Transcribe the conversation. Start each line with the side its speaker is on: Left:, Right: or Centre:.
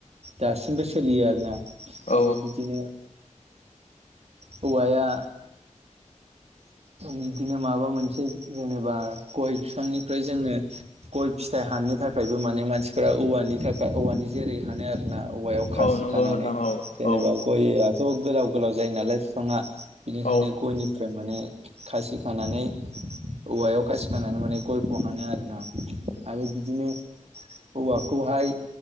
Right: दासिमबो सोलियो आरो ना।
Left: औ
Right: आरो बिदिनो हौवाया बिदिनो माबा मोनसे जेनेबा गय बिफांनिफ्राय जोंङो गय फिथाइ हाननो थाखायबो माने मानसिफोरा औवानि थाखाय औवानि जेरै हानो आरो। ना औवायाव
Left: औ
Right: खासि
Left: नंगौ
Right: खानानै
Left: नोंथां औ
Right: जेनेबा
Left: औ
Right: गया थ' गोलाव गोलाव जायो नालाय बिफाङा बिनिखायनो
Left: औ
Right: गयनिफ्राय माने खासि खानानै औवायाव खासि खानानै माने गयखौ हानो आरो ना। आरो बिदिनो। औवाखौहाय